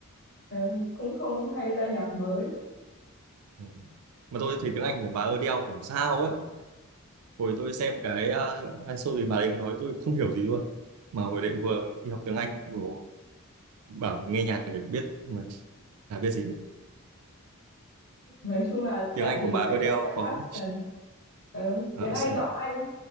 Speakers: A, on the left; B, on the right.
A: ừ, cũng không hay ra nhạc mới
B: Ừ. Mà tôi thấy tiếng Anh của bà Adele kiểu sao á. Hồi tôi xem cái uh, hay show thì bà ấy nói tôi không hiểu gì luôn. Mà hồi đấy vừa đi học tiếng Anh vừa bảo nghe nhạc để biết mà chả biết gì hết.
A: nói chung là
B: Tiếng
A: tại
B: Anh
A: vì
B: của bà Adele
A: cái cái accent
B: có
A: ừ, tiếng
B: uh, accent,
A: Anh giọng Anh